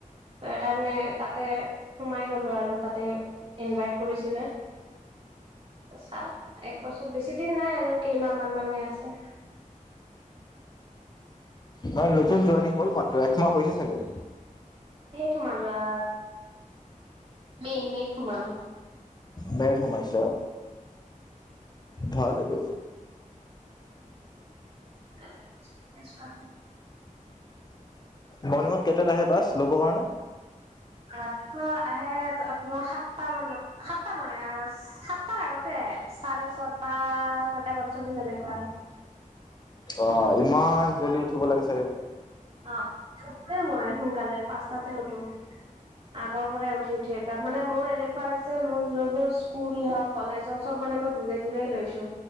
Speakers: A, on the right; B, on the left.
A: ত সেইকাৰণে তাতে সোমাই গলো আৰু তাতে ইনভাইট কৰিছিলে চা এক বছৰ বেছি দিন নাই আৰু কেইমাহ মান মানে আছে
B: মই নতুন জইনিং হ'ল মাত্ৰ একমাহ হৈছে চাগৈ
A: সোমালোঁ আ মেই মেত সোমালোঁ
B: বেমাইইছ ভাল লাগে
A: ছছো আৰু
B: মৰ্নিংত কেইটাত আহে বাছ ল'বৰ কাৰণে
A: ৰাতিপুৱা আহে আপোনাৰ সাত- সাতটা মানত সাতটা নহয় সাতটাৰ আগতে আহে চাৰে ছটাত। ছয়টা পঞ্চল্লিছ এনেকে আহে
B: অ ইমান জল্দি উঠিব লাগে চাগে
A: আহ উঠোৱে মই সোনকালে পাঁচটাতে উঠো আগৰ পৰাই উঠি উঠি আভাস মানে মোৰ এনেকুৱা হৈছে মোৰ যবোৰ স্কুল হওক কলেজ হওক চব মানে মই দূৰে দূৰে লৈছো।